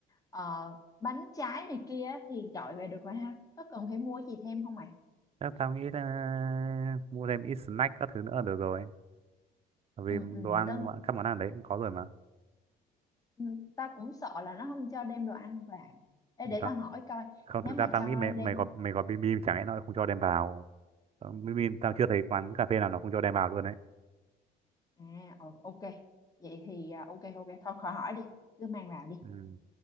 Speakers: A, on the left; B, on the right.
A: ờ, bánh trái này kia thì gọi về được rồi ha. Có cần phải mua gì thêm không mày?
B: chắc tao nghĩ là mua thêm ít snack các thứ nữa là được rồi Bởi vì
A: Ừ, ừ,
B: đồ ăn
A: đơn,
B: các món ăn đấy cũng có rồi mà
A: ừ, tao cũng sợ là nó không cho đem đồ ăn vào. Ê, để
B: tao
A: tao hỏi coi,
B: không
A: nếu
B: thực
A: mà
B: ra tao
A: cho
B: nghĩ mày mày
A: đem...
B: có mày có bim bim chẳng lẽ nó không cho đem vào Ờ, bim bim tao chưa thấy quán cà phê nào nó không cho đem vào luôn đấy
A: À, ừ, ok. Vậy thì ờ, ok, ok, thôi khỏi hỏi đi. Cứ mang vào đi.
B: ừ.